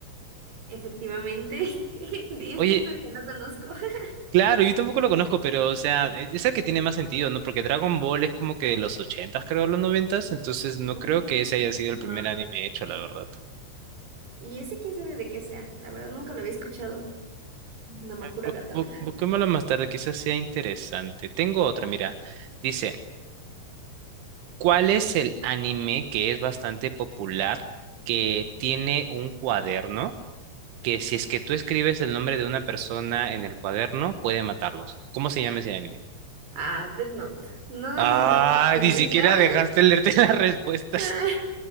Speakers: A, on the right (about 60°); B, on the right (about 85°).
A: Efectivamente. <laughs> Y
B: Oye,
A: es que es el que no conozco. <laughs>
B: claro, yo tampoco lo conozco, pero, o sea, e- es el que tiene más sentido, ¿no? Porque Dragon Ball es como que de los ochentas, creo, los noventas, entonces no
A: Ujú.
B: creo que ese haya sido el
A: No.
B: primer anime hecho, la verdad.
A: Y ese quién sabe de qué sea. La verdad nunca lo había escuchado. Namakura
B: Eh, bu-
A: Katana.
B: bu- Busquémoslo más tarde, quizás sea interesante. Tengo otra, mira. Dice, ¿cuál es el anime que es bastante popular, que tiene un cuaderno, que si es que tú escribes el nombre de una persona en el cuaderno, puede matarlos? ¿Cómo se llama ese anime?
A: Ah, Death Note. No
B: Ah,
A: necesita las opciones.
B: ni siquiera
A: <laughs>
B: dejaste leerte <laughs> las respuestas.
A: Ah,